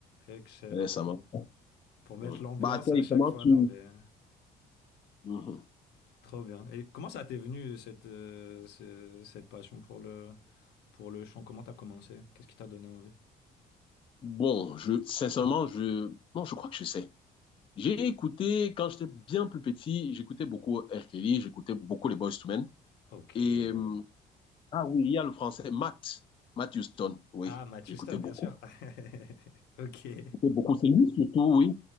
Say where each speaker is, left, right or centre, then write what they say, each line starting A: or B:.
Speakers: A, on the left (about 80°); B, on the left (about 30°).
A: Excellent
B: Ouais, ça
A: pour.
B: marche.
A: Pour mettre
B: Ouais.
A: l'ambiance
B: Bah toi,
A: à
B: et
A: chaque
B: comment
A: fois
B: tu
A: dans les...
B: Mhm.
A: Trop bien. Et comment ça t'est venu cette, euh, ce- cette passion pour le, pour le chant? Comment t'as commencé? Qu'est-ce qui t'a donné envie?
B: Bon, je sincèrement, je non, je crois que je sais. J'ai écouté, quand j'étais bien plus petit, j'écoutais beaucoup R. Kelly, j'écoutais beaucoup les Boyz II Men.
A: Ok,
B: Et,
A: oh.
B: euh, ah oui, il y a le français, Matt, Matt Houston, oui,
A: Ah, Matt
B: j'écoutais
A: Houston,
B: beaucoup.
A: bien sûr. <laughs> Ok.
B: J'écoutais beaucoup, c'est lui surtout, oui.